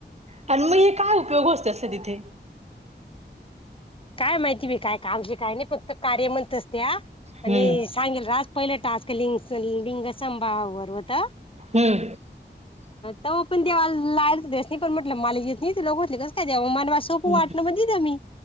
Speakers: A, on the right; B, on the left.
A: आणि मग हे काय? उपयोग असत अस तिथे
B: काय माहिती मी काय कामज काय नाही फक्त कार्य म्हणंतच त्या आणि
A: हम्म
B: सांगेल राज पहिलं टास्क <unintelligible> होत
A: हम्म
B: त पण देवा लायन डेसी नाही पण, मला येत नाही तुला बोले कस काय मला सोपं
A: हम्म
B: वाटणं दील मी